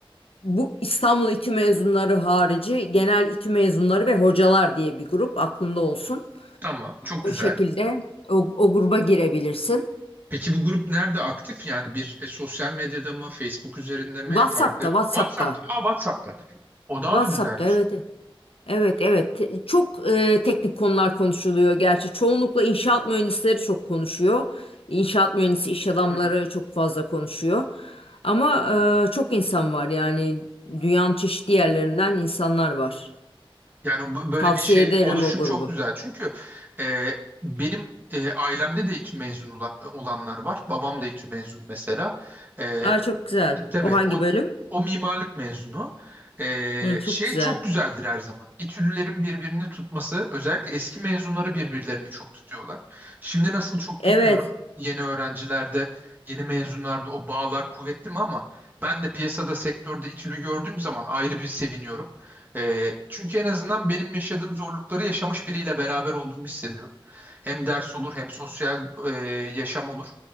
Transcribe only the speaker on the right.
Tamam, çok
güzel.
Peki bu grup nerede aktif? Yani bir e, sosyal medyada mı, Facebook üzerinde mi,
farklı?
WhatsApp'ta. Aa, WhatsApp'ta. O daha
da güzelmiş.
Hı hı.
Yani bu- böyle
bir şey
oluşum
çok güzel. Çünkü e, benim e, ailemde de İTÜ mezunu ola- olanlar var. Babam da İTÜ mezunu mesela. E,
Tabii
o,
o mimarlık mezunu. Ee,
şey
çok güzeldir her zaman. İTÜ'lülerin birbirini tutması özellikle eski mezunları birbirlerini çok tutuyorlar. Şimdi nasıl çok
bilmiyorum. Yeni öğrencilerde, yeni mezunlarda o bağlar kuvvetli mi ama ben de piyasada sektörde İTÜ'lü gördüğüm zaman ayrı bir seviniyorum. Ee, çünkü en azından benim yaşadığım zorlukları yaşamış biriyle beraber olduğumu hissediyorum. Hem ders olur hem sosyal e, yaşam olur.